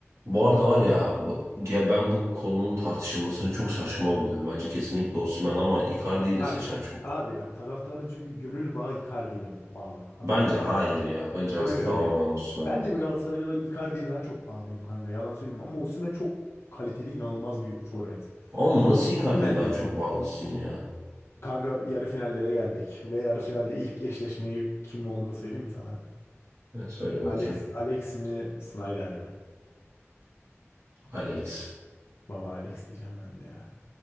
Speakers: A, on the right; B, on the left.
A: Bu arada var ya, bu- ya ben bu konunun tartışılmasını çok saçma buluyorum. Bence kesinlikle Osimhen ama Icardi'yi de
B: Bak
A: seçen çok.
B: abi ya taraftarın çünkü gönül bağı Icardi ile bağlı. Anladın
A: Bence hayır ya. Bence
B: Öyle
A: artık
B: öyle.
A: tamamen Osimhen
B: Ben
A: ama.
B: de bir Galatasaraylı olarak Icardi'ye daha çok bağlıyım kanka. Yalan söyleyeyim ama Osimhen çok kaliteli, inanılmaz bir forvet.
A: Oğlum nasıl Icardi'ye
B: Osimhen
A: daha
B: diyeceğim.
A: çok bağlısın ya?
B: Kanka yarı finallere geldik ve yarı finalde ilk eşleşmeyi kim olduğunu söyleyeyim mi sana?
A: Ya söyle bakayım.
B: Alex Alex mi, Snyder mi?
A: Alex.
B: Baba Alex diyeceğim ben de ya.